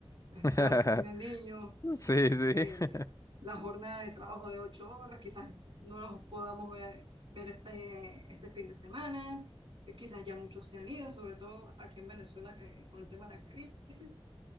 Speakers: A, on the right; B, on the left.
A: Ah,
B: que
A: claro, que tengan niños
B: Sí, <laughs> sí,
A: eh,
B: sí,
A: la jornada de trabajo de ocho horas, quizás no los podamos ver, ver este, este fin de semana, eh, quizás ya muchos se han ido, sobre todo aquí en Venezuela eh, con el tema de la crisis.